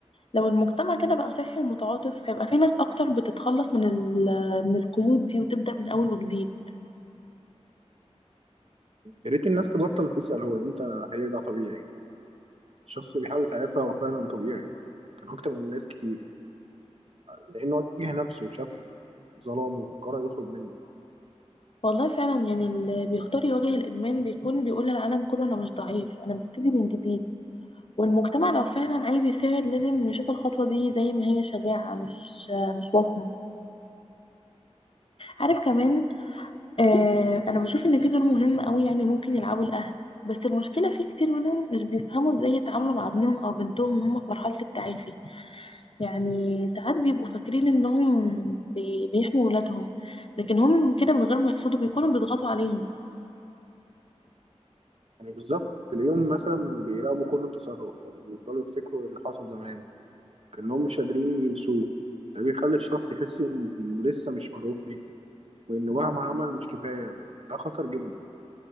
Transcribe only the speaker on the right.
يا ريت الناس تبطل تسأل هو إمتى هيرجع طبيعي الشخص اللي بيحاول يتعافى هو فعلا طبيعي يعني كان أكتر من ناس كتير، لأنه واجه نفسه وشاف ظلامه وقرر يخرج منه.
يعني بالظبط تلاقيهم مثلا بيراقبوا كل تصرف او بيفضلوا يفتكروا اللي حصل زمان كأنهم مش قادرين ينسوه ده بيخلي الشخص يحس إن- انه لسه مش مرغوب فيه وانه مهما عمل مش كفايه وده خطر جدا